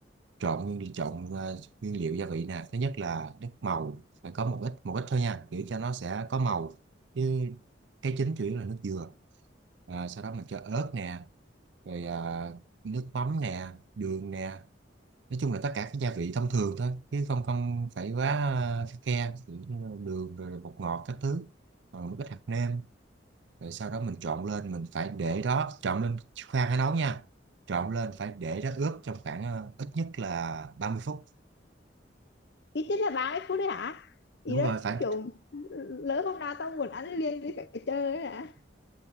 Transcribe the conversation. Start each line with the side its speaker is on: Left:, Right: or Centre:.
Right: trộn nguyên chọn ờ, nguyên liệu gia vị nè thứ nhất là nước màu phải có một ít một ít thôi nha kiểu cho nó sẽ có màu chứ cái chính chủ yếu là nước dừa à, sau đó mình cho ớt nè rồi à, nước mắm nè đường nè nói chung là tất cả các gia vị thông thường thôi chứ không không phải quá à, khắt khe kiểu như đường rồi bột ngọt các thứ rồi một ít hạt nêm rồi sau đó mình trộn lên mình phải để đó trộn lên khoan hãy nấu nha trộn lên phải để đó ướp trong khoảng à, ít nhất là ba mươi phút
Left: ít nhất là 30 phút đấy hả ý
Right: đúng
Left: là
Right: rồi phải
Left: kiểu lỡ hôm nào tao muốn ăn liền thì phải chơi ấy hả